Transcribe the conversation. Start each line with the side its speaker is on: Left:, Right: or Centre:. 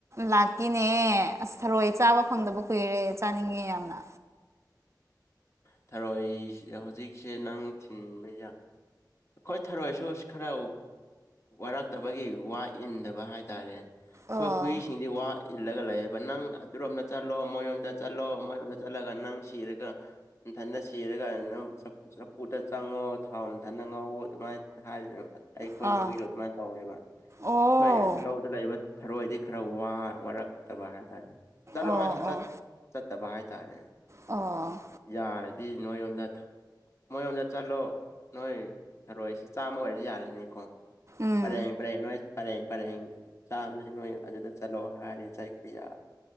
Right: ꯂꯥꯛꯀꯦꯅꯦ ꯑꯁ ꯊꯔꯣꯏ ꯆꯥꯕ ꯐꯪꯗꯕ ꯀꯨꯏꯔꯦ ꯆꯥꯅꯤꯡꯉꯦ ꯌꯥꯝꯅ
Left: ꯊꯔꯣꯏ ꯍꯧꯖꯤꯛꯁꯦ ꯅꯪ ꯊꯤꯟꯕꯌ ꯑꯩꯈꯣꯏ ꯊꯔꯣꯏꯁꯨ ꯈꯔ ꯋꯥꯔꯛꯇꯕꯒꯤ ꯋꯥ ꯏꯟꯗꯕ ꯍꯥꯏꯇꯥꯔꯦ ꯑꯩꯈꯣꯏ
Right: ꯑꯣ
Left: ꯍꯨꯏꯁꯤꯡꯗꯤ ꯋꯥ ꯏꯜꯂꯒ ꯂꯩꯌꯦꯕ ꯅꯪ ꯑꯗꯨꯔꯣꯝꯗ ꯆꯠꯂꯣ ꯃꯣꯏꯔꯣꯝꯗ ꯆꯠꯂꯣ ꯃꯌꯣꯝꯗ ꯆꯠꯂꯒ ꯅꯪ ꯁꯤꯔꯒ ꯏꯊꯟꯗ ꯁꯤꯔꯒ ꯅꯪ ꯆꯐꯨꯗ ꯆꯪꯉꯣ ꯊꯥꯎ ꯊꯟꯅ ꯉꯥꯎꯑꯣ ꯑꯗꯨꯃꯥꯏꯅ ꯍꯥꯏꯗꯅ ꯑꯩꯈꯣꯏ
Right: ꯑꯥ ꯑꯥ
Left: ꯍꯨꯏꯗꯣ ꯑꯗꯨꯃꯥꯏꯅ ꯇꯧꯋꯦꯕ
Right: ꯑꯣ
Left: ꯑꯩꯈꯣꯏ ꯂꯧꯗ ꯂꯩꯕ ꯊꯔꯣꯏꯗꯤ ꯈꯔ ꯋꯥꯔꯛꯇꯕ ꯍꯥꯏꯇꯥꯔꯦ ꯆꯠꯂꯣ
Right: ꯑꯣ
Left: ꯍꯥꯏꯁꯨ
Right: ꯑꯣ
Left: ꯆꯠꯇꯕ ꯍꯥꯏꯇꯥꯔꯦ
Right: ꯑꯣ
Left: ꯌꯥꯔ ꯍꯥꯏꯗꯤ ꯅꯣꯏ ꯌꯣꯝꯗ ꯃꯣꯏ ꯌꯣꯝꯗ ꯆꯠꯂꯣ ꯅꯣꯏ ꯊꯔꯣꯏꯁꯤ ꯆꯥꯝꯃ ꯑꯣꯏꯔꯗꯤ ꯌꯥꯔꯅꯤꯀꯣ
Right: ꯎꯝ
Left: ꯐꯔꯦ ꯐꯔꯦ ꯐꯔꯦ ꯐꯔꯦ ꯆ ꯁꯤ ꯅꯣꯏ ꯑꯗꯨꯗ ꯆꯠꯂꯣ ꯍꯥꯏꯔꯤ ꯆ ꯀꯌꯥ